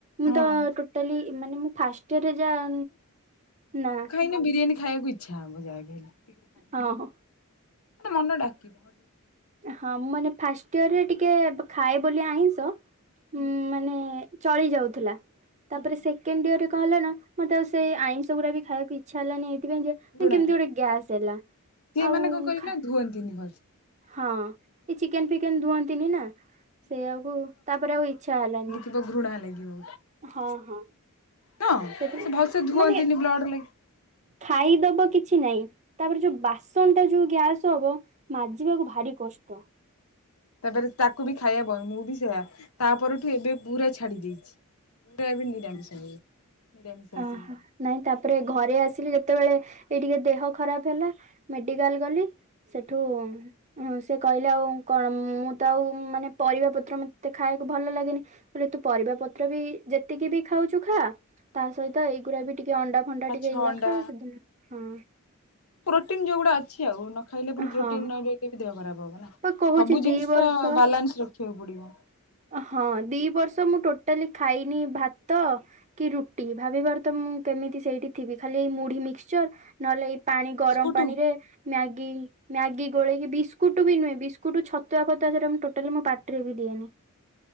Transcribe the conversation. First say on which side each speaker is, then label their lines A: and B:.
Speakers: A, on the right; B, on the left.
A: ମୁଁ
B: ହଁ
A: ତ ଟୋଟାଲି ମାନେ ମୁଁ ଫାଷ୍ଟ ଇୟରରେ ଯାହା ନା
B: ବିରିୟାନି ଖାଇବାକୁ ଇଛା ହବ ଯାହା ବି ହେଲେ। ଟିକେ ଖାଇଦିଅ
A: ହଁ ହୋ।
B: ମନ ଡାକିବ।
A: ହଁ ମୁଁ ମାନେ ଫାଷ୍ଟ ଇୟର ରେ ଟିକେ ଖାଏ ବୋଲି ଆଇଁଷ
B: ହୁଁ
A: ଉ ମାନେ ଚଳି ଯାଉଥିଲା, ତାପରେ
B: ହୁଁ
A: ସେ ସେକେଣ୍ଡ ଇୟରରେ କଣ ହେଲା ନା ମତେ ସେଇ ଆଇଁଷ ଗୁଡ଼ା ବି ଖାଇବାକୁ ଇଚ୍ଛା ହେଲାନି ଏଇଥି ପାଇଁ ଯେ କେମିତି
B: ଘୃଣା
A: ଗୋଟେ ଗ୍ୟାସ୍ ହେଲା,
B: ସିଏ
A: ଆଉ
B: ମାନେ କଣ କହିଲ
A: ଖା
B: ଧୁଅନ୍ତିନି ଭଲ ସେ।
A: ହଁ ଏ ଚିକେନ ଫିକେନ ଧୁଅନ୍ତିନି ନା ସେଇଆକୁ ତାପରେ ଆଉ ଇଚଛା ହେଲାନି।
B: ଘୁ -ଘୃଣା ଲାଗିବ।
A: ହଁ ହଁ।
B: ହଁ,
A: ସେଥି
B: ସେ ଭଲ ସେେ ଧୁଅନ୍ତିନି
A: ମାନେ
B: ବ୍ଲଡ ଲାଗି
A: ଖାଇଦବ କିଛି ନାହିଁ, ତାପରେ ଯୋଉ ବାସ ସନ ଟା ଯୋଉ ଗ୍ୟାସ୍ ହବ ମାଜିବାକୁ ଭାରି କଷ୍ଟ।
B: ତାପରେ ତାକୁ ବି ଖାଇବା ବନ ମୁଁ ବି ସେଆ ତାପରଠୁ ଏବେ ପୁରା ଛାଡ଼ି ଦେଇଛି, ପୁରା ଏବେ ନିରାମିଷ ହେଇ ନିରାମିସାସି
A: ଓହୋ
B: ହେ
A: ନାଇଁ ତାପରେ ଘରେ ଆସିଲି ଯେତେବେଳେ ଏଇ ଟିକେ ଦେହ ଖରାପ ହେଲା ମେଡିକାଲ୍ ଗଲି, ସେଠୁ ଉଁ, ସେ କହିଲେ ଆଉ କଣ ମୁଁ ତ ଆଉ ମାନେ ପରିବା ପତ୍ର ମତେ ଖାଇବାକୁ ଭଲ ଲାଗେନି। ତାପରେ ତୁ ପରିବା ପତ୍ର ବି ଯେତିକି ବି ଖାଉଛୁ ଖା ତା ସହିତ ଏଇଗୁଡା ବି ଟିକେ ଅଣ୍ଡା, ଫଣ୍ଡା
B: ଆଚ୍ଛା
A: ଟିକେ ଏଇଗୁୁରା
B: ଅଣ୍ଡା
A: ଖା, ସେଦିନ ହଁ।
B: ପ୍ରୋଟିନ ଯୋଉଗୁଡା ଅଛି ଆଉ ନ ଖାଇଲେ ପୁଣି ପ୍ରୋଟିନ
A: ହଁ
B: ନ ହେଲେ ବି ଦେହ ଖରାପ ହବ ନା।
A: ବା କହୁଛି
B: ସବୁ ଜିନିଷ
A: ଦି ବର୍ଷ
B: ବାଲାନ୍ସ ରଖିବାକୁ ପଡିବ।
A: ହଁ, ଦି ବର୍ଷ ମୁଁ ଟୋଟାଲି ଖାଇନି ଭାତ କି ରୁଟି, ଭାବି ପାରୁ ଥିବ ତ ମୁଁ କେମିତି ସେଇଠି ଥିବି, ଖାଲି ଏଇ ମୁଢି ମିକ୍ସଚର ନ ହେଲେ ଏଇ ପାଣି ଗରମ
B: ବିସ୍କୁଟ
A: ପାଣି ରେ ମ୍ୟାଗି, ମ୍ୟାଗି ଗୋଳେଇକି, ବିସ୍କୁଟ ବି ନୁହେଁ ବିସ୍କୁଟ ଛତୁଆ ଫତୁଆ ମୁଁ ଟୋଟାଲି ମୋ ପାଟିରେ ବି ଦିଏନି।